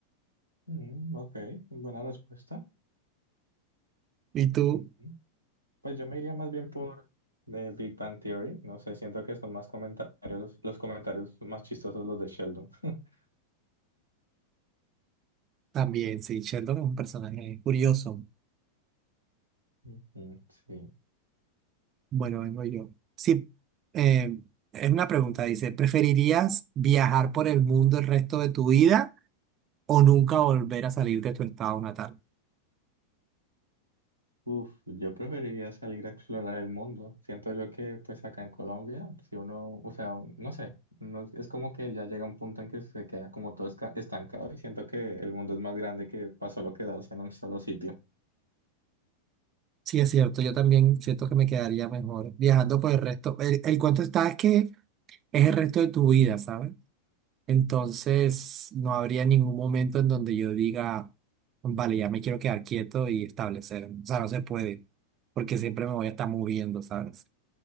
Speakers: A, on the right; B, on the right.
A: Mm, ok, buena respuesta.
B: ¿Y tú?
A: Mm, Pues yo me iría más bien por The Big Bang Theory. No sé, siento que son más comentarios, los comentarios más chistosos los de Sheldon. <laughs>
B: También, sí, Sheldon es un personaje curioso.
A: Ujú, Sí.
B: Bueno, vengo yo. Sí, eh, es una pregunta, dice, ¿preferirías viajar por el mundo el resto de tu vida o nunca volver a salir de tu estado natal?
A: Uf, yo preferiría salir a explorar el mundo. Siento yo que pues acá en Colombia, si uno, o sea, no sé, no, es como que ya llega un punto en que se queda como todo esca- estancado y siento que el mundo es más grande que para solo quedarse en un solo sitio.
B: Sí, es cierto, yo también siento que me quedaría mejor viajando por el resto. El, el cuento está es que es el resto de tu vida, ¿sabes? Entonces, no habría ningún momento en donde yo diga, vale, ya me quiero quedar quieto y establecer. O sea, no se puede, porque siempre me voy a estar moviendo, ¿sabes?